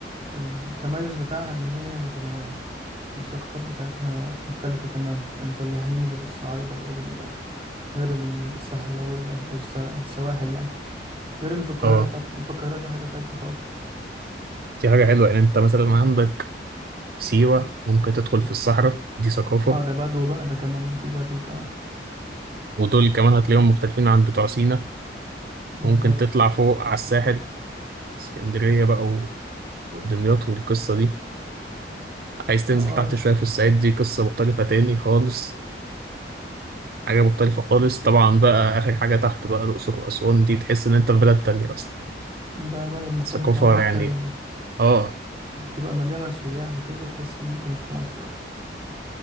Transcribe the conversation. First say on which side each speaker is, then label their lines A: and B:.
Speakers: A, on the right (about 30°); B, on the right (about 55°).
A: التميز بتاعها إن هي متنوعة الثقافات بتاعتها مختلفة تماما الفلاحين غير الصعايدة غير ال... غير الساحلوية أو السوا- السواحل يعني غير اللي في القاهرة
B: اه
A: طبعا اللي في القاهرة دي حاجة تالتة خالص
B: دي حاجة حلوة يعني انت مثلا عندك سيوة ممكن تدخل في الصحراء دي ثقافة
A: اه ده بدو بقى ده كمان ده في بدو كمان
B: ودول كمان هتلاقيهم مختلفين عن بتوع سينا
A: بالظبط
B: ممكن تطلع فوق على الساحل اسكندرية بقى
A: بالظبط
B: ودمياط والقصة دي عايز تنزل
A: هو
B: تحت شوية في الصعيد دي قصة مختلفة تاني خالص حاجة مختلفة خالص طبعا بقى آخر حاجة تحت بقى الأقصر وأسوان دي تحس إن أنت في بلد تانية أصلا
A: ده بلد مختلف
B: الثقافة
A: تماما حتى
B: يعني
A: ال...
B: آه
A: تبقى مليانة سياح وكده تحس إن أنت مش في مصر أصلا